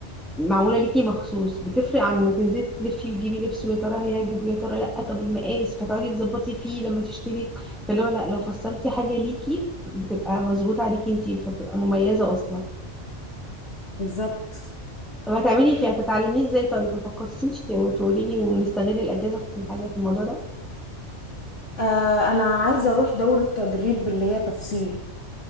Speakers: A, in the centre; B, on the left.
A: معمولة ليكي مخصوص بتفرق عن ما تنزلي تلفي وتجيبي لبس ويا ترى هيعجب ويا ترى لأ طب المقاس فتقعدي تظبطي فيه لما تشتري فاللي هو لأ لو فصلتي حاجة ليكي بتبقى مظبوطة عليكي انتي فبتبقى مميزة أصلا
B: بالظبط
A: طب هتعملي فيه هتتعلميه ازاي طيب ما فكرتيش ت- تقولي لي ونستغل الأجازة في الحاجة في الموضوع ده
B: آه، انا عايزه اروح دوره تدريب اللي هي تفصيل